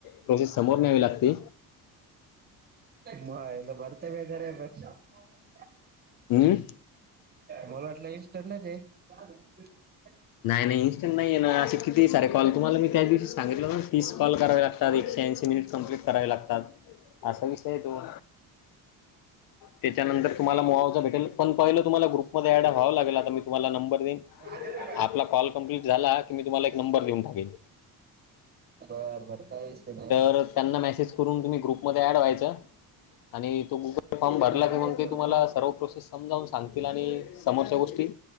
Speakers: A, on the left; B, on the right.
A: प्रोसेस समोर न्यावी लागते.
B: <inaudible> मायला <unintelligible>
A: अं.
B: मला वाटलं इंनस्टंटच हाय
A: नाही नाही इन्स्टंट नाही आहे ना, अशे किती सारे कॉल तुम्हाला मी त्याच दिवशी सांगितलं होत ना, तीस कॉल करावे लागतात एकशे ऐंशी मिनिट कंप्लीट करावे लागतात असा विषय आहे तो त्याच्यानंतर तुम्हाला मुहावजा भेटेल पण पहिल तुम्हाला ग्रुपमध्ये ऍड व्हावं लागेल आता मी तुम्हाला नंबर देईन
B: <inaudible>
A: आपला कॉल कम्प्लीट झाला की मी तुम्हाला एक नंबर देऊन टाकेल.
B: बर बर काय विषय नाही
A: तर त्यांना मेसेज करून तुम्ही ग्रुपमध्ये अॅड व्हायच आणि तु फॉर्म
B: त्यांना
A: भरला क
B: मेसेज
A: मग ते
B: करून
A: तुम्हाला
B: काय
A: सर्व प्रोसेस समजावून सांगतील आणि समोरच्या गोष्टी